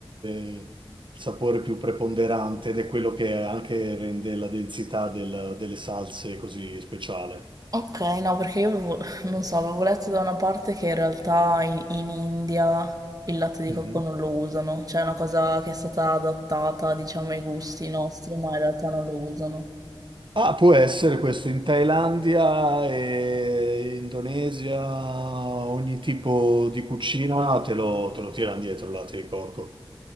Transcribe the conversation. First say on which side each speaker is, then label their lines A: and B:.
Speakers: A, on the right (about 55°); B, on the right (about 40°).
A: il sapore più preponderante ed è quello che anche rende la densità del- delle salse così speciale.
B: Ok, no, perché io avevo, <laughs> non so, avevo letto da una parte che in realtà in, in India il latte di
A: Mhm.
B: cocco non lo usano, cioè è una cosa che è stata adattata, diciamo, ai gusti nostri, ma in realtà non lo usano.
A: Ah, può essere questo in Thailandia e Indonesia, ogni tipo di cucina no, te lo, te lo tirano dietro il latte di cocco,